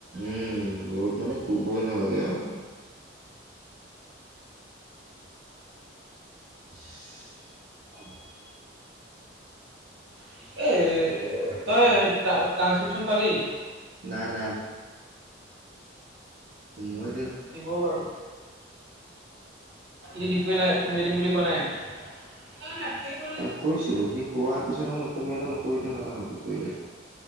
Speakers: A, on the right; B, on the right.
A: উম ৰ'দ মানে কোবই নালাগে আউ। অহ <unintelligible>
B: এ তই টা ট্ৰানছক্ৰিপচন পালি
A: নাই নাই মই
B: দিব বাৰু এ দিপোৱে নাই সোমিয়াই দিম বুলি কোৱা নাই অ হয় <unintelligible>
A: তাক কৈছিলো সি কোৱাৰ পিছত নুসুমিয়ালে নকৰিলে নাজানো কি কৰিলে